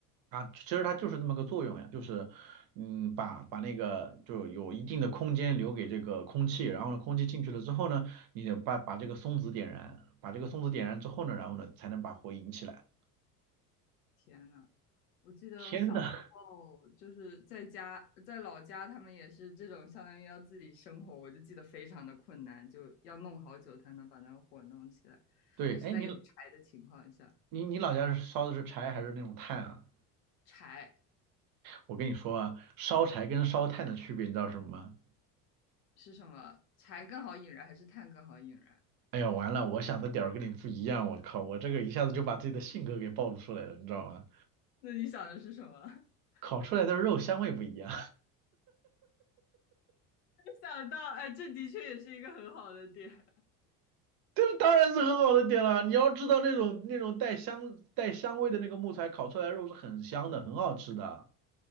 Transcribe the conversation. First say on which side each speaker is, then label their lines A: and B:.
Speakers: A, on the right; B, on the left.
A: 啊，其实它就是这么个作用呀，就是，嗯，把把那个就有一定的空间留给这个空气，然后呢，空气进去了之后呢，你得把把这个松子点燃，把这个松子点燃之后呢，然后呢，才能把火引起来。
B: 天呐，我记得我小时候就是在家，
A: 天呐，
B: 在老家，他们也是这种，相当于要自己生火，我就记得非常的困难，就要弄好久才能把那个火弄起来，
A: <laughs> 对，
B: 还是在有柴的情况下，
A: 哎，你你你老家是烧的是柴还是那种炭啊？
B: 柴。
A: 我跟你说啊，烧柴跟烧炭的区别你知道是什么吗？
B: 是什么？柴更好引燃还是炭更好引燃？
A: 哎呀，完了，我想的点儿跟你不一样，我靠，我这个一下子就把自己的性格给暴露出来了，你知道吗？
B: 那你想的是什么？<laughs> 没
A: 烤出来的肉香味不一样。
B: 想到，哎，这的确也是一个很好的点。
A: 这当然是很好的点了。你要知道那种那种带香带香味的那个木材烤出来的肉是很香的，很好吃的。